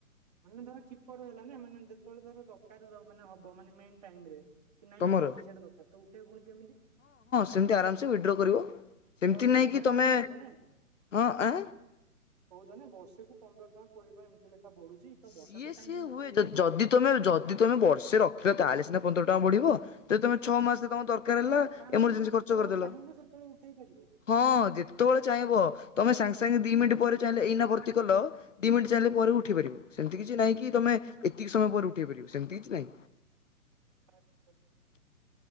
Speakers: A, on the right; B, on the left.
A: ମୁ ଧର କିପରୁ ହେଲା । ମାନେ ଯେତେବେଳେ ଧର ଦର ମାନେ ହବ ମାନେ ମେନ ଟାଇମ ରେ କି ନାଇଁ
B: ତମର
A: ଏବେ ପଇସା ଟା ଦରକାର ତ ଉ ଠେଇବୁ ଫୁଣି ହଁ
B: ସେମିତି
A: ହଁମ
B: ଆରାମସେ ୱିଡ୍ର କରିବ ସେମିତି
A: ବର୍ଷେ
B: ନାଇଁ
A: ତ
B: କି
A: ଟାଇମ
B: ତମେ
A: ହେଇନଥିବ ନା
B: ହଁ ଆଁ
A: କହୁଛ ନା ବର୍ଷେକୁ ପନ୍ଦର କଣ କୋଡ଼ିଏ ଟଙ୍କା ଏମତି ବଢୁଛି ତ
B: ସିଏ
A: ବର୍ଷା ତ ଟାଇମ
B: ସିଏ
A: ନ
B: ହୁଏ ଯଦି ତମେ ଯଦି ତମେ ବର୍ଷେ ରଖିଲ ତାହେଲେ ସିନା ପନ୍ଦର ଟଙ୍କା ବଢିବ ଯଦି ତମେ ଛଅ ମାସରେ ତମ ଦରକାର ହେଲା
A: ତା ମାନେ
B: ଏମରଜେନ୍ସି
A: ଯେତେବେଳେ
B: ଖର୍ଚ୍ଚ କରିଦେଲ।
A: ଚାହିଁବ ସେତେବେଳେ ଉଠେଇ ପାରିବ
B: ହଁ ଯେତେବେଳେ ଚାହିଁବ ତମେ ସାଙ୍ଗେ ସାଙ୍ଗେ ଦି ମିନିଟ୍ ପରେ ଚାହିଁଲେ ଏଇନା ଭର୍ତ୍ତି କଲ ଦି ମିନିଟ୍ ଚାହିଁଲେ ପରେ ଉଠେଇପାରିବ । ସେମିତି କିଛି ନାଇଁ କି ତମେ ଏତିକି ସମୟ ପରେ ଉଠେଇ ପାରିବ ସେମିତି କିଛି ନାଇଁ।
A: ଆଚ୍ଛା।